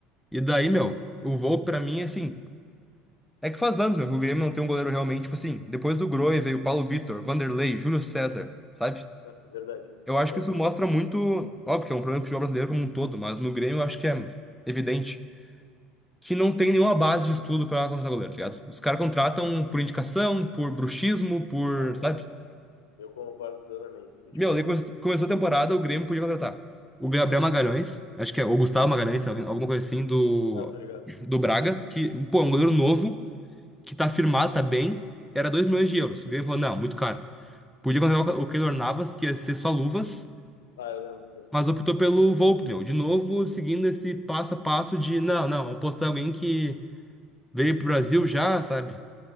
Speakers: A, in the centre; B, on the left.
A: E daí, meu, o Volpe pra mim, assim, é que faz anos, meu, que o Grêmio não tem um goleiro realmente, tipo assim, depois do Grohe veio o Paulo Vitor, Vanderlei, Júlio César, sabe?
B: Ah, é verdade.
A: Eu
B: Faz
A: acho
B: tempo
A: que isso
B: mesmo.
A: mostra muito, óbvio que é um problema do futebol brasileiro como um todo, mas no Grêmio eu acho que é evidente. que não tem nenhuma base de estudo pra contratar goleiro, tá ligado? Os caras contratam por indicação, por bruxismo, por,
B: Ah, cara,
A: sabe?
B: eu concordo plenamente. E,
A: Meu,
B: tipo assim,
A: daí come- começou a temporada, o Grêmio podia contratar. O Gabriel Magalhães, acho que é, ou Gustavo Magalhães, sabe? alguma coisa assim, do,
B: ah, tá ligado?
A: do Braga, que, pô, é um goleiro novo, que tá firmado, tá bem, era 2 milhões de euros. O Grêmio falou, não, muito caro. Podia contratar o o Keylor Navas, que ia ser só luvas,
B: Ah, eu lembro, sim.
A: mas optou pelo Volpe, meu. De novo, seguindo esse passo a passo de, não, não, apostar em alguém que veio pro Brasil já, sabe?